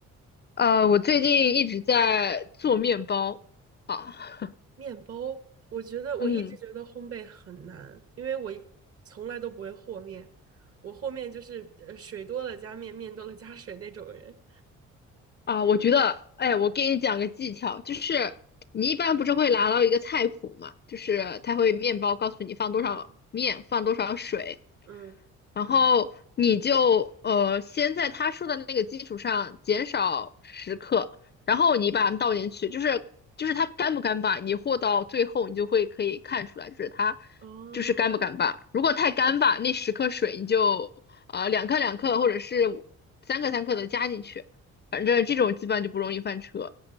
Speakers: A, on the left; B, on the right.
A: 呃，我最近一直在做面包，好，<laughs>
B: 面包，我觉得我一直觉得烘焙很难，
A: 嗯，
B: 因为我一从来都不会和面，我和面就是呃水多了加面，面多了加水那种人。
A: 啊，我觉得，哎，我给你讲个技巧，就是你一般不是会拿到一个菜谱嘛，就是它会面包告诉你放多少面，
B: 嗯
A: 放多少水，
B: 嗯，
A: 然后你就呃先在他说的那个基础上减少十克，然后你把它们倒进去，就是就是它干不干巴，你和到最后你就会可以看出来，就是它
B: 哦
A: 就是干不干巴。如果太干巴，那十克水你就呃两克两克或者是五三克三克的加进去。反正这种基本上就不容易翻车。